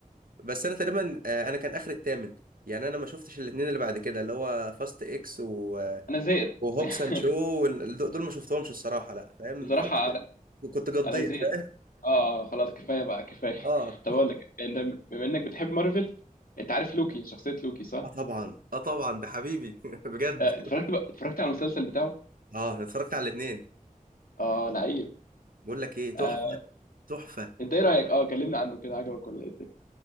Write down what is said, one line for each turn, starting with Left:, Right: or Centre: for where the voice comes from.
Right: بس أنا تقريبا آه، أنا كان آخر التامن يعني أنا ما شفتش الاتنين اللي بعد كده اللي هو فاست إكس و...
Left: انا زهقت
Right: وهوبس
Left: <laughs>
Right: أند شو وال- دول ما شفتهمش الصراحة لا فاهم
Left: بصراحة
Right: خلاص كنت قضيت
Left: انا زهقت
Right: فاهم
Left: اه آه، خلاص كفايه بقى كفايه
Right: آه
Left: <laughs> طب اقول لك إن- بما انك بتحب مارفل انت عارف لوكي شخصيه لوكي صح
Right: آه طبعا آه طبعا ده حبيبي <laughs> بجد
Left: آه، اتفرجت بقى اتفرجت على المسلسل بتاعه
Right: اه أنا اتفرجت على الاثنين
Left: اه لعيب
Right: بقول لك ايه تحفه
Left: آه،
Right: تحفه
Left: انت ايه رايك اه كلمنا عنه كده عجبك ولا ايه الدنيا